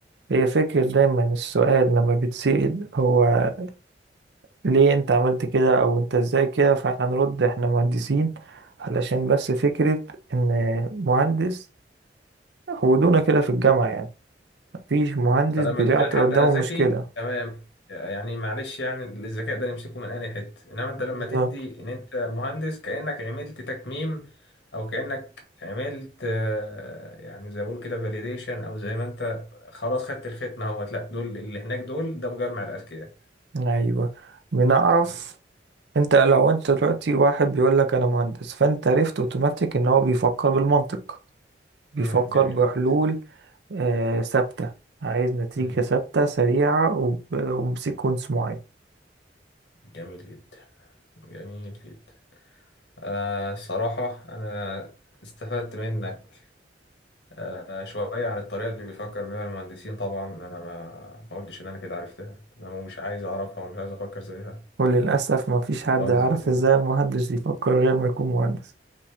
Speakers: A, on the right; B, on the left.
A: هي فكرة دايما السؤال لما بتسأل هو ليه انت عملت كده او انت ازاي كده فاحنا هنرد احنا مهندسين علشان بس فكرة ان مهندس ودونا كده في الجامعة يعني مفيش مهندس
B: طب
A: بيعطي
B: لما تقول لحد
A: قدامه
B: انا ذكي
A: مشكلة
B: تمام يعني معلش يعني الذكاء ده نمسكه من اي حته انما انت
A: بالظبط
B: لما تدي ان انت مهندس كانك عملت تكميم او كانك عملت آه، يعني زي ما بيقولوا كده فاليديشن او زي ما انت خلاص خدت الختمه اهوت لا دول اللي هناك دول ده مجمع الاذكياء
A: ايوه بنعرف
B: مم.
A: انت لو انت دلوقتي واحد بيقول لك انا مهندس فانت عرفت اوتوماتيك ان هو بيفكر بالمنطق بيفكر
B: مم، جميل
A: بحلول
B: جدا
A: آه، ثابتة عايز نتيجة
B: مم،
A: ثابتة سريعة وب- وبسيكونس معين
B: جميل جدا جميل جدا آه الصراحة أنا استفدت منك آه شوية عن الطريقة اللي بيفكر بيها المهندسين طبعا أنا ما ما قلتش إن أنا كده عرفتها تمام ومش عايز أعرفها ومش عايز أفكر زيها
A: وللأسف
B: <laughs>
A: ما فيش حد
B: بهزر
A: يعرف
B: بهزر
A: ازاي المهندس يفكر غير ما يكون مهندس